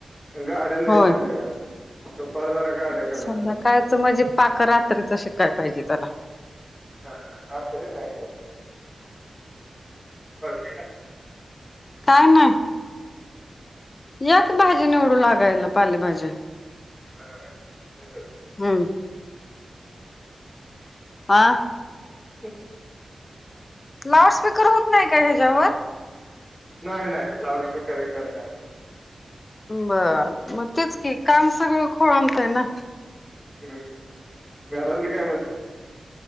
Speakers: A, in the centre; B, on the left.
A: गाड्या लय
B: होय
A: संध्याकाळी दुपारी जरा गाड्या कमी
B: संध्याकाळचं
A: असतात.
B: म्हणजे पाक रात्रीच शिकाय पाहिजे त्याला.
A: ह रात्री नाही काय बाकी?
B: काय नाय. या की भाजी निवडू लागायला पालेभाज्या
A: बरं, बरं.
B: हम्म
A: ह <inaudible>
B: हां
A: ह <inaudible>
B: लाउडस्पीकर होत नाही का ह्याच्यावर?
A: नाही नाही लाऊड स्पीकर हे खर काही नाही.
B: बरं मग तेच कि काम सगळं खोळंबतय ना.
A: हम्म घरातली काय म्हणती.